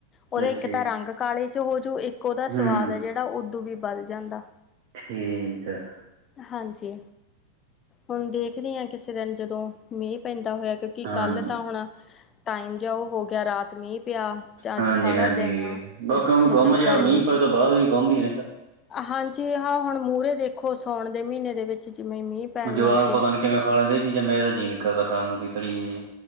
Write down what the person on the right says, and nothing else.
ਅੱਛਾ
ਹੂੰ
ਠੀਕ ਐ।
ਹਾਂਜੀ
ਹਾਂਜੀ
ਹਾਂਜੀ
ਬਾਕੀ ਉਵੇਂ
ਗੁੰਮ ਜਿਹਾ
ਮੀਂਹ ਪਏ
ਤੋਂ ਬਾਅਦ ਵੀ ਗੁੰਮ ਹੀ ਰਹਿੰਦਾ
ਜਵਾਕ
ਪਤਾ ਨੀ ਕਿਵੇਂ ਖਾ ਲੈਂਦੇ, ਇਹ ਚੀਜ਼ਾਂ ਮੈਰਾ ਤਾਂ ਜੀਅ ਨੀ ਕਰਦਾ ਖਾਣ ਨੂੰ, ਕੋਈ ਤਲੀ ਚੀਜ਼।